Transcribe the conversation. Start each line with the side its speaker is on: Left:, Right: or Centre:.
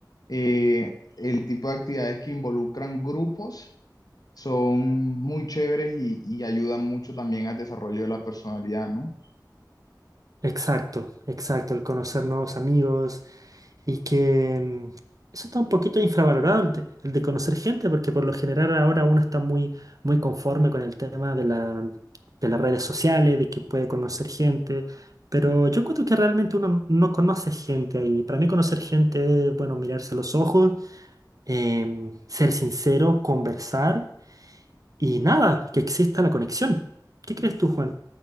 Left: eh, el tipo de actividades que involucran grupos son muy chéveres y, y ayudan mucho también al desarrollo de la personalidad, ¿no?
Right: Exacto, exacto, el conocer nuevos amigos y que mm, eso está un poquito infravalorado, el de, el de conocer gente, porque por lo general ahora uno está muy, muy conforme con el tema de la, de las redes sociales, de que puede conocer gente, pero yo encuentro que realmente uno no conoce gente ahí. Para mí conocer gente es, bueno, mirarse a los ojos, em, ser sincero, conversar. Y nada, que exista la conexión. ¿Qué crees tú, Juan?